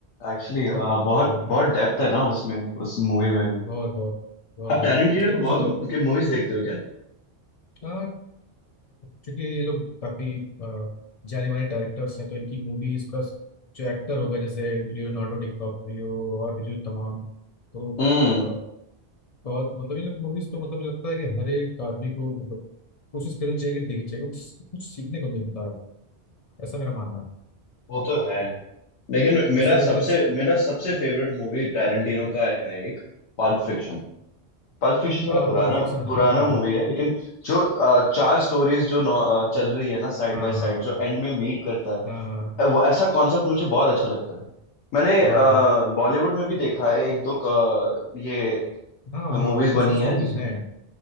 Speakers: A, on the left; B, on the left.
A: एक्चुअली हाँ
B: बहुत लॉजिक
A: बहुत
B: चला है
A: बहुत डेप्थ है ना उसमें उस मूवी में भी
B: बहुत बहुत बहुत
A: आप
B: बहुत
A: टैरेंटिनो
B: इसलिए
A: को
B: मुझे
A: बहुत
B: तो
A: के मूवीज देखते हो क्या
B: हाँ, अ, चूंकि ये लोग काफी अ, जाने माने डायरेक्टर्स हैं तो इनकी मूवीज प्लस जो एक्टर होगा जैसे लियोनार्डो डिकैप्रियो और भी जो तमाम तो अ,
A: हम्म
B: बहुत मतलब इन लोग की मूवीज तो मतलब मुझे लगता है कि हर एक आदमी को मतलब कोशिश करनी चाहिए कि देखनी चाहिए कुछ कुछ सीखने को मिलता है ऐसा मेरा मानना है
A: वो तो है लेकिन मेरा
B: जैसे भी इंटर
A: सबसे मेरा सबसे फेवरेट मूवी टैरेंटिनो का है एक पल्प फिक्शन पल्प फिक्शन थोड़ा
B: हाँ
A: पुराना
B: पल्प फिक्शन
A: पुराना
B: हाँ हाँ
A: मूवी है लेकिन जो अ, चार स्टोरीज जो नौ- अ, चल रही है ना साइड
B: हाँ
A: बाय
B: हाँ
A: साइड जो एंड में मीट करता
B: हाँ,
A: है वो ऐसा कॉन्सेप्ट मुझे बहुत अच्छा लगता है मैंने
B: बहुत बहुत
A: बॉलीवुड में भी देखा है एक दो अ, ये
B: हाँ हाँ
A: मूवीज
B: कुछ
A: बनी
B: कुछ
A: है
B: मूवीज
A: ज-
B: हैं